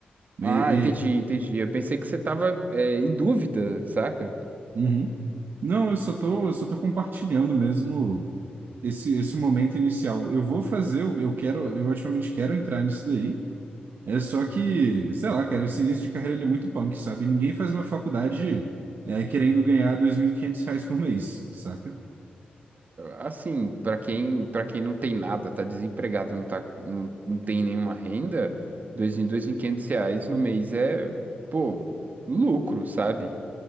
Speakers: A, on the right (about 70°); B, on the right (about 50°).
A: E,
B: Ah, entendi,
A: e-
B: entendi. Eu pensei que você tava, é, em dúvida, saca?
A: uhum. Não, eu só tô, eu só tô compartilhando mesmo esse, esse momento inicial. Eu vou fazer, eu eu quero, eu ativamente quero entrar nisso daí. É só que, sei lá, cara, esse início de carreira ele é muito punk, sabe? Ninguém faz uma faculdade é, querendo ganhar 2.500 reais por mês, saca?
B: assim, para quem, para quem não tem nada, tá desempregado, não tá, não, não tem nenhuma renda, dois em dois em 500 reais no mês é, pô, lucro, sabe?